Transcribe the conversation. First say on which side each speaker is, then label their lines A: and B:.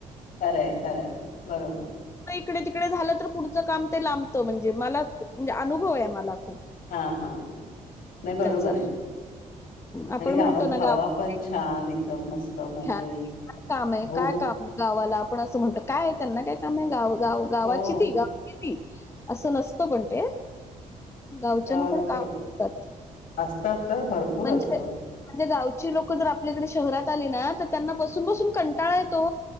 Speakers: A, on the left; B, on the left.
A: खरंय खरंय बरोबर
B: तडे तिकडे झालं तर पुढं काम ते लांबतं म्हणजे मला म्हणजे अनुभव आहे मला खूप
A: हा हा नाही बरोबर
B: त्याचा
A: आहे
B: आपण
A: आणि गावात
B: म्हणतो ना
A: हवा
B: गावा
A: पण छान एकदम मस्त मोकळी
B: काय काम आहे
A: भूक
B: काय काम आहे गावाला आपण असं म्हणत काय त्यांना काय काम गाव गाव गावाची
A: हो
B: ती गावाची ती असं नसतं पण ते गावच्यान
A: गावाला
B: पण कामतात
A: खरं असतात तर भरपूर
B: म्हणजे
A: असतं.
B: म्हजे गा लोक जर आपल्याकडे शहरात आली ना तर त्यांना बसून बसून कंटाळा येतो